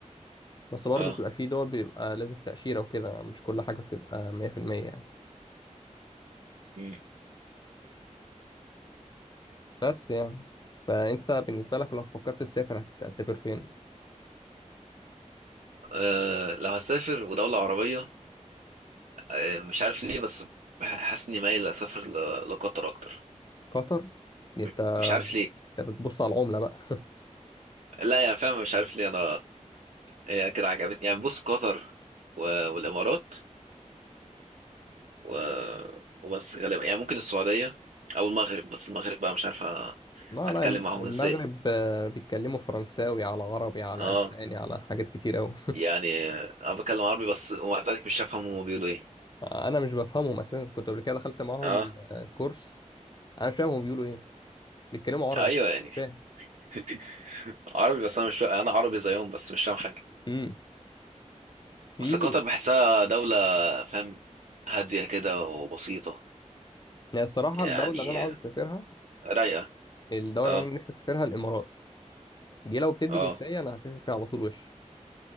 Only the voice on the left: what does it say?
بس برضه
بتبقى في دول بيبقى لازم تاشيره وكده مش كل حاجه بتبقى 100% يعني
بس يعني فانت بالنسبه لك لو فكرت تسافر هتسافر فين
قطر دي
انت
انت بتبص على العملة بقى
لا
لا الم-
المغرب
آه، بيتكلموا فرنساوي على عربي على
اسباني على حاجات كتير قوي
انا مش بفهمهم اساسا كنت قبل كده دخلت معاهم
آه، كورس انا مش فاهم هم بيقولوا ايه بيتكلموا عربي
مش
فاهم
امم في
يعني الصراحة
الدولة اللي انا عاوز اسافرها
الدولة
اللي انا نفسي اسافرها الامارات دي لو بتدي
جنسية انا هسافر فيها على طول وش